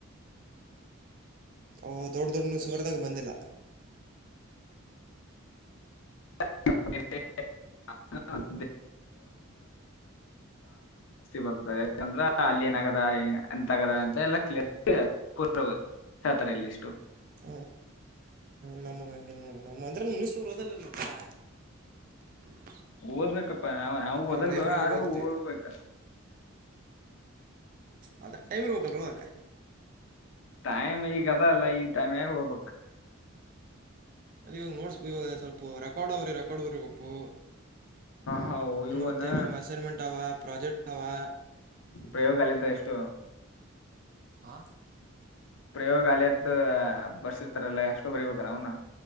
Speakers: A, on the right; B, on the left.
A: ಅ ದೊಡ್ಡ ದೊಡ್ಡ ನ್ಯೂಸ ನೋಡ್ದಾಗ ಬಂದಿಲ್ಲ.
B: <unintelligible> ಬರ್ತದೆ ಯಾಕಂದ್ರ ಅಲ್ಲಿ ಏನ್ ಆಗ್ಯದ. <unintelligible> ಅಂತ ಎಲ್ಲ ಕ್ಲಿಯರ್ ಪ ಹೇಳ್ತಾರೆ ಇಲ್ಲಿ ಇಷ್ಟು
A: ಹ್ಮ. ನಮಗ ಹಂಗಿಲ್ಲ ನೋಡ ನಮ <unintelligible>
B: ಓದ್ಬೇಕಪ್ಪಾ ನಾವ ನಾವು ಓದಲ್
A: ಲೈಬ್ರರಿಗೆ
B: ಬಿಡ್ ಆದ್ರೂ
A: ಓದಿದ್ವಿ
B: ಓದ್ಬೇಕ.
A: ಅಂದ್ರ ಟೈಮ್ ಬೇಕಲ್ಲ ರಿ ಓದಕ್ಕ.
B: ಟೈಮ್ ಈಗ ಅದ ಅಲ್ಲ ಈ ಟೈಮನಗ ಹೋಗ್ಬಕ್.
A: ಅದ ಇವಾಗ ನೋಟ್ಸ್ ಇವಾಗ ಸ್ವಲ್ಪ. ರೆಕಾರ್ಡ್ ಆವರಿ ರೆಕಾರ್ಡ್ ಬರೀಬೇಕು,
B: ಹ ಇವನ
A: ಮತ್ತೆ ನಮ್ ಅಸೈನ್ಮೆಂಟ್ ಅವ, ಪ್ರಾಜೆಕ್ಟ್, ಆವಾ,
B: ಪ್ರಯೋಗಾಲ ಎಸ್ಟು.
A: ಆ,
B: ಪ್ರಯೋಗಾಲಯದ್ದು ಬರ್ಸಿರ್ತಾರಲ್ಲ ಅಷ್ಟು ಬರಿಬೇಕ ಏನ ಅವನ.